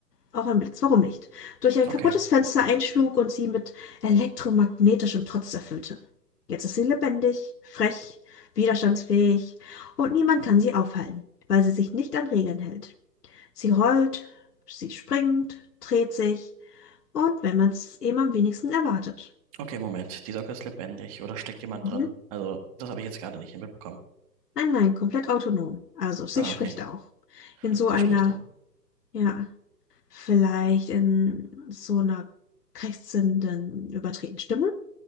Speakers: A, on the left; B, on the right.
A: auch ein Blitz, warum nicht? Durch ein
B: Okay.
A: kaputtes Fenster einschlug und sie mit elektromagnetischem Trotz erfüllte. Jetzt ist sie lebendig, frech, widerstandsfähig und niemand kann sie aufhalten, weil sie sich nicht an Regeln hält. Sie rollt, sie springt, dreht sich und wenn man es eben am wenigsten erwartet.
B: Okay, Moment. Die Socke ist lebendig oder steckt jemand
A: Mhm.
B: drin? Also, das habe ich jetzt gerade nicht mitbekommen.
A: Nein, nein, komplett autonom. Also, sie
B: Ah,
A: spricht
B: okay.
A: auch. In so
B: Sie
A: einer,
B: spricht doch.
A: ja. vielleicht in so einer krächzenden, überdrehten Stimme